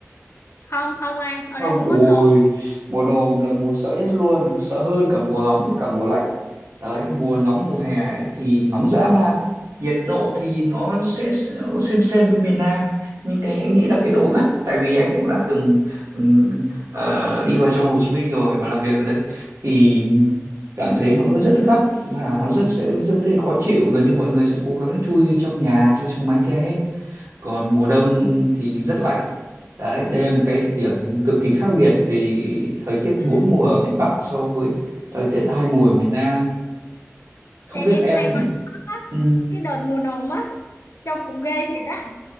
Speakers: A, on the left; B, on the right.
A: không không anh ở
B: không
A: đây không
B: ui
A: có nồm
B: mùa nồm là mùa sợ nhất luôn sợ hơn cả mùa nóng với cả mùa lạnh đấy mùa nóng mùa hè ấy, thì nóng dã man nhiệt độ thì nó sẽ nó xem xem với miền Nam nhưng cái anh nghĩ là cái độ gắt tại vì anh cũng đã từng ừm, ờ, đi vào trong Hồ Chí Minh rồi và làm việc ở đấy thì cảm thấy nó rất gắt và nó rất sẽ rất khó chịu gần như mọi người sẽ cố gắng chui trong nhà chui trong mái che hết còn mùa đông thì rất lạnh đấy đây là một cái đặc điểm cực kỳ khác biệt vì thời tiết
A: à,
B: bốn mùa ở miền Bắc so với thời tiết hai mùa ở miền Nam không
A: Ê,
B: biết
A: em
B: em
A: hay coi TikTok á
B: ừ,
A: cái đợt mùa nồm á trông cũng ghê thiệt á